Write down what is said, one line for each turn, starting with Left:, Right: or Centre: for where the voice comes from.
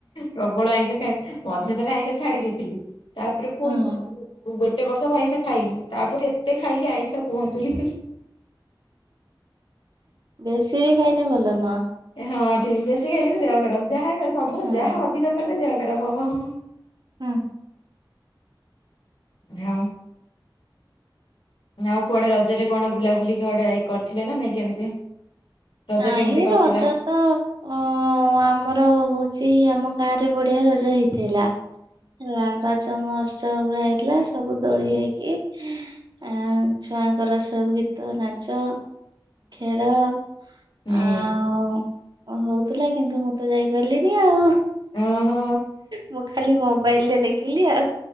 Left: ପ୍ରବଳ ଆଇଁଷ ଖାଏ। ମଝିରେ ଥରେ ଆଇଁସ ଛାଡି ଦେଇଥିଲି ତାପରେ ଫୁଣି
Right: ହଁ
Left: କ ମୁଁ ଗୋଟେ ବର୍ଷ ଆଇଁଷ ଖାଇନି ତାପରେ ଏତେ ଖାଇଲି ଆଇଁଷ କୁହନ୍ତୁନି।
Right: ବେଶି ବି ଖାଇନେ ଭଲ ନୁହ।
Left: ହଁ ଠିକ ବେଶୀ ଖାଇଲେ ବି ଦେହ ଖରାପ ଯାହା କଲେ ସବୁ
Right: ହଁ
Left: ଯାହା ଅଧିକ କଲେ ଦେହ ଖରାପ ହବ-ଅ-ଅ।
Right: ଉଁ।
Left: <unintelligible> ଆଉ କୁଆଡେ ରଜରେ କଣ ବୁଲାବୁଲିି କୁଆଡେ କରିଥିଲେ ନା ନାଇଁ କେମିତି? ରଜ
Right: ନାଇଁ
Left: କେମିତି କଟିଲା?
Right: ରଜରେ ତ ଅ-ଅ-ଅ-ଅ ଆମର ହଉଛି ଆମ ଗାଁ ରେ ବଢିଆ ରଜ ହେଇଥିଲା। ହେଲା ରଜ ମହୋତ୍ସବ ପୁରା ହେଇଥିଲା ସବୁ ଦୋଳି ହେଇକି ଆଉ ଛୁଆଙ୍କର ସବୁ ଗୀତ, ନାଚ, ଖେଳ।
Left: ହୁଁ
Right: ଆ-ଉ-ଉ-ଉ ହଉଥିଲା କିନ୍ତୁ ମୁଁ ତ ଯାଇପାରିଲିନି ଆଉ।
Left: ଓହୋ
Right: ମୁଁ ଖାଲି ମୋବାଇଲରେ ଦେଖିଲି ଆଉ।